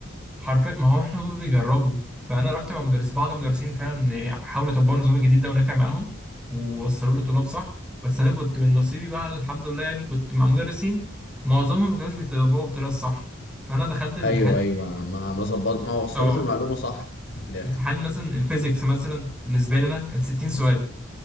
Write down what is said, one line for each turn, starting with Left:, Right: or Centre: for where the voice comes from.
Centre: حرفيا ما هو احنا هم بيجربوا فانا رحت مع مدرس بعض المدرسين فعلا حاولوا يطبقوا النظام الجديد ده ونفع معاهم ووصلوا له طلاب صح بس انا كنت من نصيبي بقى الحمد لله يعني كنت مع مدرسين معظمهم ما كانوش بيطبقوا بالطريقه الصح فانا دخلت الامتحان
Left: ايوه ايوه ما ما ظبط ما وصلوش
Centre: اه
Left: المعلومة صح في الاخر
Centre: امتحان مثلا الفيزيكس مثلا بالنسبه لي انا كان 60 سؤال